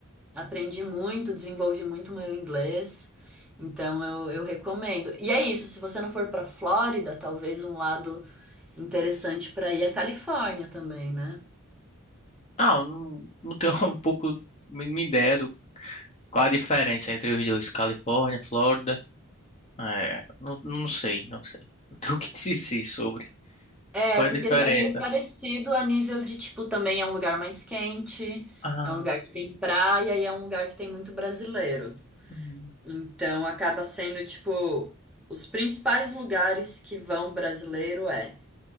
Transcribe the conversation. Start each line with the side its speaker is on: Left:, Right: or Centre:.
Centre: aprendi muito, desenvolvi muito meu inglês. Então eu, eu recomendo. E é isso, se você não for para Flórida, talvez um lado interessante para ir é a Califórnia também, né?
Left: Ah, eu não, não tenho <laughs> um pouco mínima ideia do qual a diferença entre os dois, Califórnia, Flórida. É, não, não sei, não sei. <laughs> Não tenho o que dizer sobre.
Centre: É,
Left: Qual
Centre: porque
Left: é a diferença?
Centre: é meio parecido a nível de, tipo, também é um lugar mais quente,
Left: Ah.
Centre: é um lugar que tem praia e é um lugar que tem muito brasileiro.
Left: Hum.
Centre: Então acaba sendo, tipo, os principais lugares que vão brasileiro é